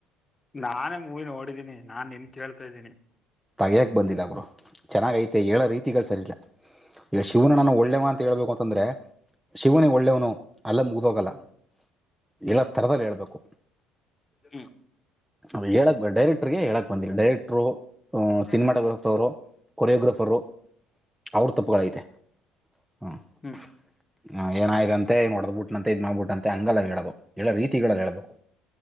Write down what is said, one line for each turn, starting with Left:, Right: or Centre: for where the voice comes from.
Left: ನಾನು ಮೂವಿ ನೋಡಿದ್ದೀನಿ, ನಾನ್ ನಿಂಗ್ ಕೇಳ್ತಾ ಇದ್ದೀನಿ.
Centre: ತಗಿಯೋಕ ಬಂದಿಲ್ಲ ಗುರು, ಚೆನ್ನಾಗೈತೆ ಹೇಳೋ ರೀತಿಗಳು ಸರಿಯಿಲ್ಲ. ಈಗ ಶಿವನು
Left: ಹ್ಮ್
Centre: ನಾನು ಒಳ್ಳೆ ಮಾತ್ತು ಹೇಳ್ಬೇಕು ಅಂತಂದ್ರೆ ಶಿವನಿಗೆ ಒಳ್ಳೇವನು ಅಲ್ಲ ಮುಗ್ದೋಗಲ್ಲ.
Left: ಹ್ಮ್
Centre: ಹೇಳೋ ತರದಲ್ಲಿ ಹೇಳ್ಬೇಕು.
Left: ಹ್ಮ್
Centre: ಅದು ಹೇಳಕ್ ಬ ಡೈರೆಕ್ಟರ್ಗೆ ಹೇಳಕ್ ಬಂದೀಲ್ಲ, ಡೈರೆಕ್ಟ್ರು ಅ ಸಿನಿಮಾಟೋಗ್ರಫರು,
Left: ಹ್ಮ್
Centre: ಕೊರಿಯೋಗ್ರಫರು, ಅವ್ರ ತಪ್ಪುಗಳು ಐತೆ. ಹಾ
Left: ಹ್ಮ್
Centre: ಏನಾಯ್ದಂತೆ, ಇವ್ನು ಹೊಡ್ದ್ಬುಟ್ಟಂತೆ, ಇದ್ ಮಾಡ್ಬಿಟ್ನಂತೆ ಹಂಗಲ್ಲ ಹೇಳೋದು, ಹೇಳೊ ರೀತಿಗಳಲ್ಲಿ ಹೇಳಬೇಕು.